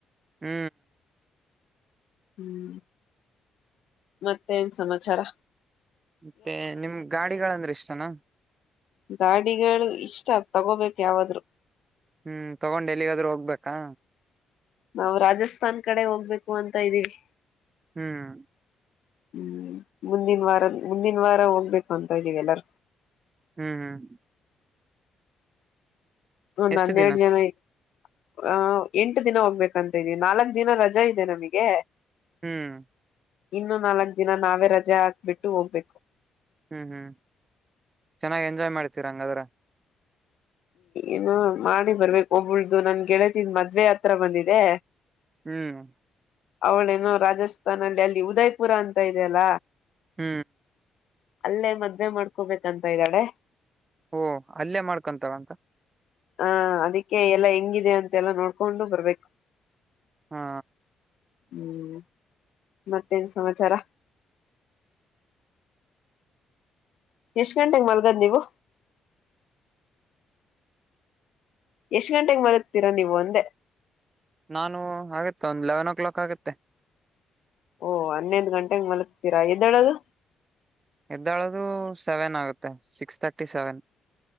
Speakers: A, on the right; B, on the left.
A: ಹ್ಮ್
B: ಹ್ಮ್ ಮತ್ತೇನ್ ಸಮಾಚಾರಾ
A: ಮತ್ತೆ ನಿಮ ಗಾಡಿಗಳಂದ್ರೆ ಇಷ್ಟನಾ
B: ಗಾಡಿಗಳು ಇಷ್ಟ ತಗೋಬೇಕು ಯಾವಾದ್ರು
A: ಹ್ಮ್ ತಗೊಂಡು ಎಲ್ಲಿಗಾದ್ರೂ ಹೋಗ್ಬೇಕಾ
B: ನಾವು ರಾಜಸ್ಥಾನ್ ಕಡೆ ಹೋಗ್ಬೇಕು ಅಂತ ಇದ್ದೀವಿ
A: ಹ್ಮ್
B: ಹ್ಮ್ ಮುಂದಿನ ವಾರದ ಮುಂದಿನ ವಾರ ಹೋಗ್ಬೇಕು ಅಂತ ಇದ್ದೀವಿ ಎಲ್ಲಾರೂ
A: ಹ್ಮ್ ಹ್ಮ್
B: ಒಂದ್
A: ಎಷ್ಟು
B: ಹನ್ನೆರಡ
A: ದಿನ
B: ಜನ ಐ ಆ ಎಂಟು ದಿನ ಹೋಗ್ಬೇಕಂತ ಇದಿ ನಾಲ್ಕ್ ದಿನ ರಜಾ ಇದೆ ನಮಗೆ.
A: ಹ್ಮ್
B: ಇನ್ನೂ ನಾಲ ದಿನ ನಾವೇ ರಜೆ ಹಾಕ್ಬಿಟ್ಟು ಹೋಗ್ಬೇಕು.
A: ಹ್ಮ್ ಹ್ಮ್ ಚೆನ್ನಾಗಿ ಎಂಜಾಯ್ ಮಾಡ್ತಿರಂಗಾದ್ರ
B: ಏನು ಮಾಡಿ ಬರ್ಬೇಕು ಒಬಳ್ದು ನನ್ ಗೆಳತಿದ್ ಮದ್ವೆ ಹತ್ರ ಬಂದಿದೆ.
A: ಹ್ಮ್
B: ಅವಳ್ ಇನು ರಾಜಸ್ಥಾನ ಅಲ್ಲಿ ಅಲ್ಲಿ ಉದಯ್ಪುರ ಅಂತ ಇದಿಯಲ್ಲ
A: ಹ್ಮ್
B: ಅಲ್ಲೇ ಮದ್ವೆ ಮಾಡ್ಕೋಬೇಕಂತ. ಇದ್ದಾಳೆ
A: ಓ ಅಲ್ಲೇ ಮಾಡ್ತ ಕ್ಕಂತರ ಅಂತ
B: ಹಾ ಅದಿಕ್ಕೆ ಎಲ್ಲಾ ಹೆಂಗಿದೆ ಅಂತೆಲ್ಲ ನೋಡ್ಕೊಂಡು ಬರ್ಬೇಕು.
A: ಹಾ.
B: ಹ್ಮ್ ಮತ್ತೇನ್ ಸಮಾಚಾರ. ಎಷ್ಟ ಗಂಟೆಗೆ ಮಲ್ಗದ್ ನೀವು. ಎಷ್ಟ್ ಗಂಟೆಗೆ ಮಲಕ್ತೀರಾ ನೀವು ಅಂದೇ
A: ನಾನು ಆಗುತ್ತೆ ಒಂದ್ ಎಲೆವೆನ್ ಓ ಕ್ಲಾಕ್ ಆಗತ್ತೆ
B: ಓಹ ಹನ್ನೊದ್ ಗಂಟೆಗೆ ಮಲಗ್ತೀರಾ ಎದ್ದಳದು
A: ಎದ್ದಾಳದು ಸೆವೆನ್ ಆಗುತ್ತೆ ಸಿಕ್ಸ್ ತರ್ಟಿ ಸೆವೆನ್